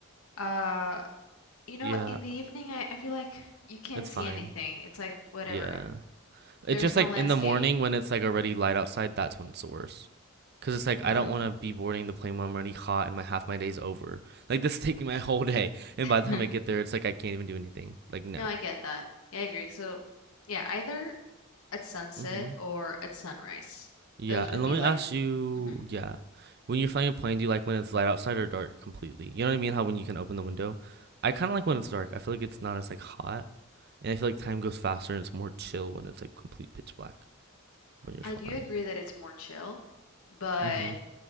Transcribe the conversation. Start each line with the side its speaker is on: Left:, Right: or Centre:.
Left: Uh, you know,
Right: Yeah,
Left: in the evening, I, I feel like you can't
Right: it's
Left: see
Right: fine.
Left: anything. It's like whatever.
Right: Yeah.
Left: There's
Right: It's just
Left: no
Right: like
Left: landscape.
Right: in the morning when it's like already light outside, that's when it's the worst. Because it's like
Left: Yeah.
Right: I don't want to be boarding the plane when I'm already hot and my half my day's over. Like this is <laughs> taking my whole day, and
Left: <laughs>
Right: by the time I get there, it's like I can't even do anything. Like no.
Left: No, I get that. Yeah, I agree. So, yeah, either at sunset
Right: Mm-hmm.
Left: or at sunrise.
Right: Yeah,
Left: Those would
Right: and let
Left: be
Right: me
Left: like,
Right: ask you,
Left: mhm.
Right: yeah, when you're flying a plane, do you like when it's light outside or dark completely? You know what I mean? How when you can open the window? I kind of like when it's dark. I feel like it's not as like hot, and I feel like time goes faster and it's more chill when it's like complete pitch black when you're
Left: I
Right: flying.
Left: do agree that it's more chill, but
Right: Mm-hmm.